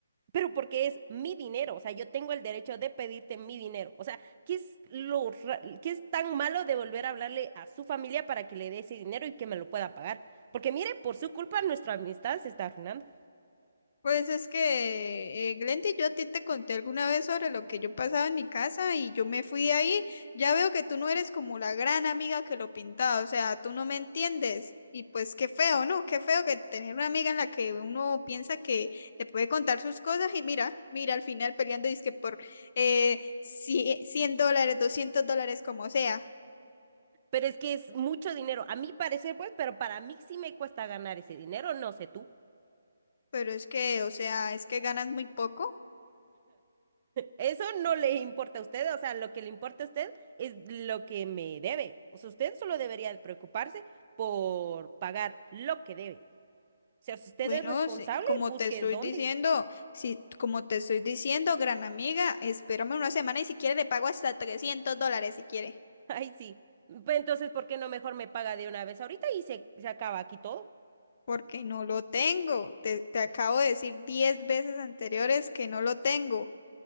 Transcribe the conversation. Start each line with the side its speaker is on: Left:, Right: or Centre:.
Right: Pero porque es mi dinero, o sea, yo tengo el derecho de pedirte mi dinero. O sea, ¿qué es lo, ra- qué es tan malo de volver a hablarle a su familia para que le dé ese dinero y que me lo pueda pagar? Porque mire, por su culpa nuestra amistad se está arruinando.
Left: Pues es que, eh, Glendy, yo a ti te conté alguna vez sobre lo que yo pasaba en mi casa y yo me fui de ahí. Ya veo que tú no eres como la gran amiga que lo pintaba, o sea, tú no me entiendes. Y pues qué feo, ¿no? Qué feo que tener una amiga en la que uno piensa que te puede contar sus cosas y mira, mira, al final peleando dizque por eh, cie- 100 dólares, 200 dólares, como sea.
Right: Pero es que es mucho dinero, a mi parecer, pues, pero para mí sí me cuesta ganar ese dinero, no sé tú.
Left: Pero es que, o sea, es que ganas muy poco.
Right: Eso no le importa a usted, o sea, lo que le importa a usted es lo que me debe. O sea, usted solo debería de preocuparse por pagar lo que debe. O sea, si usted
Left: Bueno,
Right: es responsable,
Left: sí, como
Right: busque
Left: te estoy
Right: dónde.
Left: diciendo, si, como te estoy diciendo, gran amiga, espérame una semana y si quiere le pago hasta 300 dólares si quiere,
Right: <laughs> Ay, sí. Pues entonces, ¿por qué no mejor me paga de una vez ahorita y se, se acaba aquí todo?
Left: porque no lo tengo. Te, te acabo de decir 10 veces anteriores que no lo tengo.